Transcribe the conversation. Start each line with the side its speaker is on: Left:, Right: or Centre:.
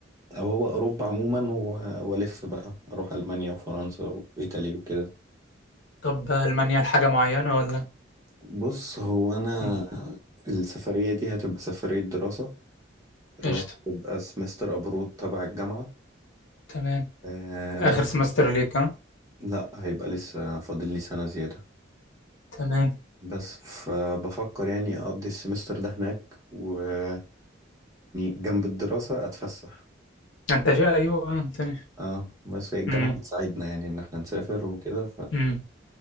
Right: او هو اوروبا عموما و- والف بقى اروح المانيا وفرنسا وايطاليا وكده
Left: طب ألمانيا لحاجة معينة ولا؟
Right: بص هو انا
Left: مم.
Right: السفريه دي هتبقى سفريه دراسه اللي
Left: قشطة
Right: هو هتبقى سمستر ابرود تبع الجامعه
Left: تمام
Right: آه، بس
Left: آخر سمستر ليك ها؟
Right: لا هيبقى لسه فاضل لي سنه زياده
Left: تمام
Right: بس فبفكر يعني اقضي السمستر ده هناك ويعني جنب الدراسه اتفسح
Left: أنت جاي أيوه آه، تاني
Right: اه بس هي الجامعة
Left: مم.
Right: بتساعدنا يعني ان احنا نسافر وكده
Left: مم.